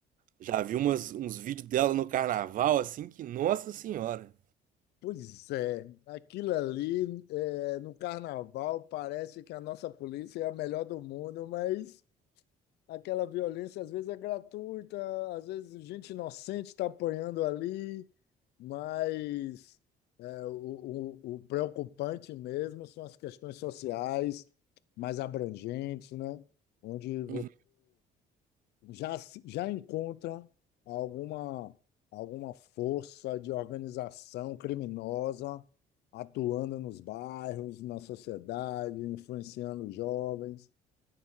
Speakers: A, on the right; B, on the left.
A: já viu umas, uns vídeos dela no carnaval, assim, que, nossa senhora.
B: Pois é, aquilo ali é, no carnaval parece que a nossa polícia é a melhor do mundo, mas aquela violência às vezes é gratuita, às vezes gente inocente está apanhando ali, mas é, o, o, o preocupante mesmo são as questões sociais mais abrangentes, né? Onde
A: Uhum,
B: já, se- já encontra alguma, alguma força de organização criminosa atuando nos bairros, na sociedade, influenciando os jovens.